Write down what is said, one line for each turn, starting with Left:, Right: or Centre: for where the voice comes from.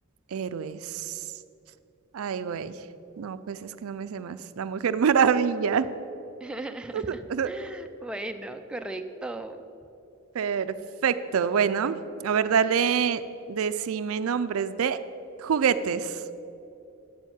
Right: héroes. Ay, güey. No, pues es que no me sé más. La Mujer Maravilla.
Centre: <laughs>
Right: <laughs>
Centre: Bueno, correcto.
Right: Perfecto. Bueno, a ver, dale, decime nombres de juguetes.